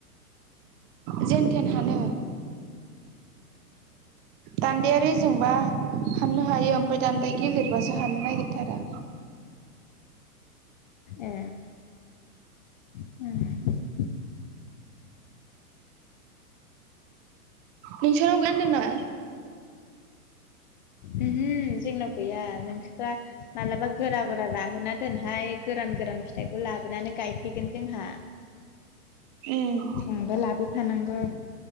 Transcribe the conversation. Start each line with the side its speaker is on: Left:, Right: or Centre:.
Right: जेन थेन हानो दान्दाया रेजेंबा हाननो हायो ओमफाय दान्दाया गिलिरबासो हाननो नागिरथारा।
Left: ए उम
Right: नोंसानाव गान्दोंना?
Left: ओमहो जोंनाव गैया नोंसोदा मालाबा गोरा गोरा राहोना दोनहाय गोरान गोरान फिथाइखौ लाबोनानै गायफैगोन जोंहा।
Right: उम
Left: थांबा लाबोफानांगौ।